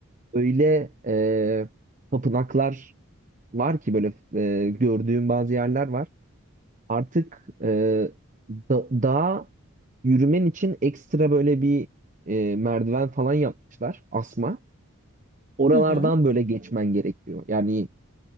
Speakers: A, on the right (about 35°); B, on the left (about 40°).
A: öyle e, tapınaklar var ki böyle e, gördüğüm bazı yerler var. Artık e, da, dağa yürümen için ekstra böyle bir e, merdiven falan yapmışlar asma. Oralardan
B: Hı hı. Hı hı.
A: böyle geçmen gerekiyor. Yani